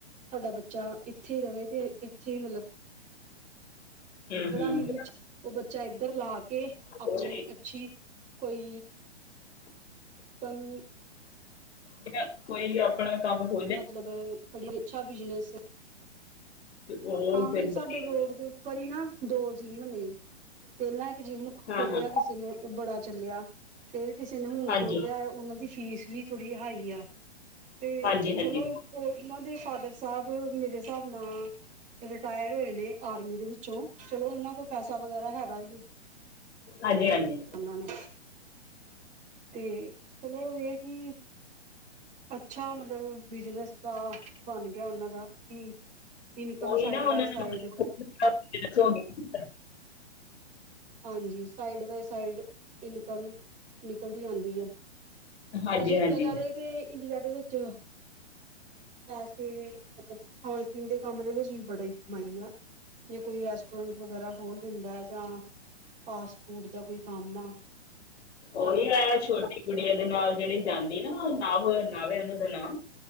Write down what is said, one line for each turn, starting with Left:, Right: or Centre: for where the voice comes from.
Right: ਸਾਡਾ ਬੱਚਾ ਇੱਥੇ ਹੀ ਰਹੇ ਤੇ ਇੱਥੇ ਹੀ ਮਤਲਬ
Left: ਹੂੰ
Right: ਜੇੜਾ
Left: ਹੂੰ
Right: ਹੀ ਵੀ ਓ ਬੱਚਾ ਏਦਰ ਲਾ ਕੇ,
Left: ਕੋਈ
Right: ਆਪਣੀ ਅੱਛੀ ਕੋਈ
Left: <inaudible>
Right: <unintelligible>
Left: ਕਿੰਨੇ ਕੋਈ ਆਪ ਅਪਣਾ ਕੱਮ ਖੁਦ
Right: ਮਤਲਬ ਬੜੀ ਅੱਛਾ ਬਿਜਨਸ ਏ।
Left: ਤੇ ਉਹ
Right: ਆਹੀਂ
Left: ਫਿਰ
Right: ਹਸਾਡੇ
Left: ਹੂੰ
Right: ਰੋਡ ਦੇ ਉੱਪਰ ਹੀ ਨਾ ਦੋ ਜਿੰਮ ਨੇ, ਪਹਿਲਾਂ ਇੱਕ ਜਿੰਮ ਖੋਲਿਆ
Left: ਹਾਂ ਹਾਂ
Right: ਕਿਸੇ ਨੇ ਓ ਬੜਾ ਚੱਲਿਆ। ਤੇ ਕਿਸੇ ਨੇ ਹੁਣ
Left: ਹਾਂਜੀ
Right: ਖੋਲਿਆ ਓਨਾਂ ਦੀ ਫੀਸ ਵੀ ਥੋੜੀ ਹਾਈ ਆ। ਤੇ
Left: ਹਾਂਜੀ
Right: ਚਲੋ,
Left: ਹਾਂਜੀ
Right: ਓ ਏਨਾਂ ਦੇ ਫਾਦਰ ਸਾਬ, ਮੇਰੇ ਹਿਸਾਬ ਨਾਲ ਰਿਟਾਯਰ ਹੋਏ ਨੇ ਆਰਮੀ ਦੇ ਵਿੱਚੋਂ ਚਲੋ, ਓਨਾਂ ਕੋਲ ਪੈਸਾ ਵਗੈਰਾ ਹੈਗਾ ਈ।
Left: ਹੰਜੀ-ਹੰਜੀ।
Right: ਓਨਾਂ ਨੇ ਤੇ ਚਲੋ, ਏ ਕਿ ਅੱਛਾ ਮਤਲਬ ਬਿਜਨਸ ਦਾ ਬਣ ਗਯਾ ਓਨਾਂ ਦਾ, ਕਿ ਇਨਕਮ
Left: ਓਹੀ
Right: side
Left: ਨਾਂ
Right: by
Left: <unintelligible>
Right: side ਹੰਜੀ, side by side income ਨਿਕਲਦੀ ਰੈਂਦੀ ਏ,
Left: ਹਾਂਜੀ
Right: ਜੇ ਸੋਚਿਆ
Left: ਹਾਂਜੀ ਹਾਂਜੀ
Right: ਜਾਵੇ ਤੇ ਇੰਡੀਆ ਦੇ ਵਿੱਚ ਪੈਸੇ ਮਤਲਬ ਖਾਣ-ਪੀਣ ਦੇ ਕੰਮ ਦੇ ਵਿੱਚ ਵੀ ਬੜੀ ਕਮਾਈ ਆ। ਜੇ ਕੋਈ ਰੈਸਟੋਰੈਂਟ ਵਗੈਰਾ ਖੋਲ ਲੈਂਦਾ ਜਾਂ ਫਾਸਟ ਫੂਡ ਦਾ ਕੋਈ ਕੰਮ ਆ।
Left: ਓਹੀ
Right: ਹਨਾ
Left: ਹੈ ਛੋਟੀ ਕਗੂੜੀਆਂ ਦੇ ਨਾਲ ਜੇੜੀ ਜਾਂਦੀ ਨਾ ਨਵ ਨਾਵੇ ਓਨਾਂ ਦਾ ਨਾਂ।